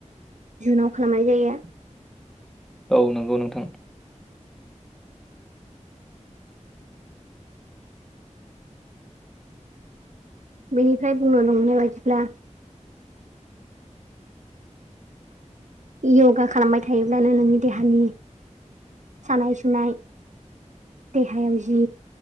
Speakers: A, on the right (about 70°); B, in the centre.
A: जुनाव खालामनाय जायो।
B: औ नंगौ नोंथां
A: बेनिफ्राय बुंनो नंनाय बायदिब्ला य'गा खालामबाय थायोब्लानो नोंनि देहानि सानाय सुनाय देहायाव जि